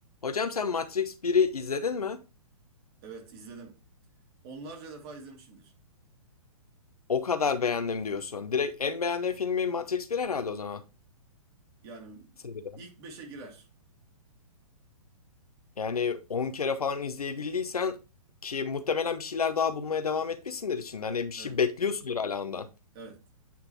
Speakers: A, on the left; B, on the right.
A: Hocam sen Matrix biri izledin mi?
B: Evet izledim. Onlarca defa izlemişimdir.
A: O kadar beğendim diyorsun. Direkt en beğendiğin filmi Matrix 1 herhalde o zaman.
B: Yani
A: Seriden.
B: ilk beşe girer.
A: Yani 10 kere falan izleyebildiysen ki muhtemelen bir şeyler daha bulmaya devam etmişsindir içinde. Hani bir şey
B: Evet,
A: bekliyorsundur hala ondan.
B: evet.